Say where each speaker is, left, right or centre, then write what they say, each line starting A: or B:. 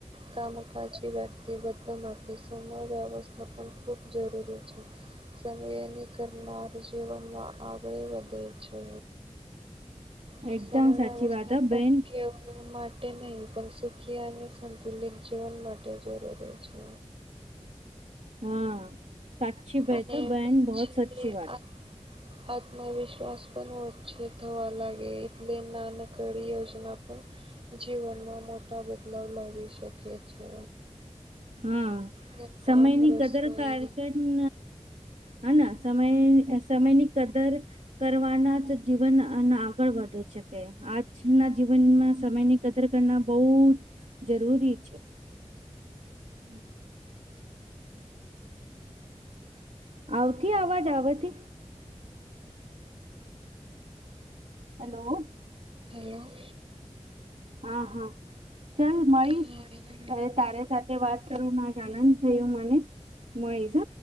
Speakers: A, on the right; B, on the right.
A: કામકા વ્યક્તિ બધા મા સમય વ્યવસ્થાપન ખૂબ જરૂરી છે. સમય ની કરનાર જીવનમાં આગળ વધે છે. હ
B: એકદમ
A: સમય
B: સાચી
A: વ્યવસ્થાપન
B: વાત હ બેન
A: કેવલ મા માટે નહીં પણ સુખી અને સંતુલિત જીવન માટે જરૂરી છે.
B: હા સાક્ષી ભાઈ
A: અને
B: તો બહેન
A: પછી
B: બહોત સાચી વાત
A: આ આત્મવિશ્વાસ પણ ઓછો થવા લાગે એટલે નાનક ઘડી યોજના પણ જીવનમાં મોટા બદલાવ લાવી શકી છે.
B: હા
A: ઘરકામ
B: સમયની
A: રસોઈ
B: કદર કારકન હાના સમય સમય ની કદર કરવાના જ જીવન આગળ વધી શકે આજના જીવનમાં સમયની એ કદર કરના બહુ જરૂરી છે. હમ. આવતી અવાજ આવથી હેલો.
A: હલો.
B: હા હા ચલ મળીશ.
A: હા એમ
B: ત્યારે તારે સાથે વાત કરું મા જ આનંદ થયો મને મળીશ હ.